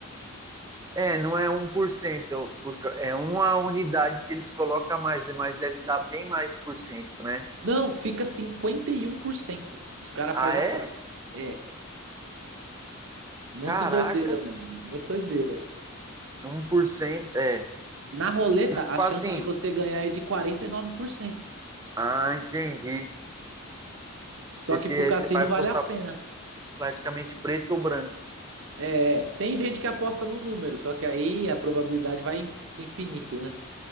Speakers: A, on the right; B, on the right.
A: É, não é um 1%, porque é uma unidade que eles colocam a mais, mas deve dar bem mais por cento, né?
B: Não, fica 51%. Os caras
A: Ah,
B: fazem
A: é?
B: a conta. É. Muito
A: Caraca,
B: doideira, mano. Muito doideira.
A: um por cento é.
B: Na roleta,
A: Tipo
B: a chance
A: assim,
B: de você ganhar é de 49%.
A: ah, entendi.
B: Só
A: Porque
B: que pro
A: aí
B: cassino
A: você vai
B: vale
A: postar
B: a pena.
A: praticamente preto ou branco.
B: É, tem gente que aposta no número, só que aí a probabilidade vai pro infinito, né?